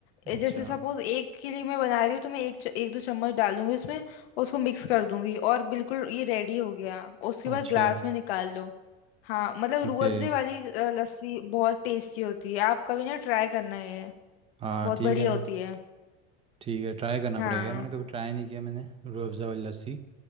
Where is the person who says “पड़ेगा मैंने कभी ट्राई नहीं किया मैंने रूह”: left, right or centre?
Right